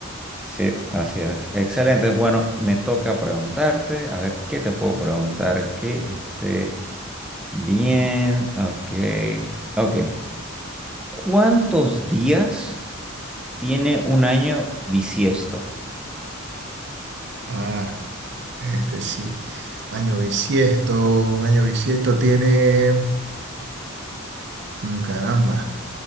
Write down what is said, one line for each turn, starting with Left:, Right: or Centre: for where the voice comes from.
Centre: Sí, así es. Excelente. Bueno, me toca preguntarte, a ver qué te puedo preguntar que esté bien. Ok, ok. ¿Cuántos días tiene un año bisiesto?
Right: Ah. Este sí, año bisiesto, un año bisiesto tiene, mm, caramba,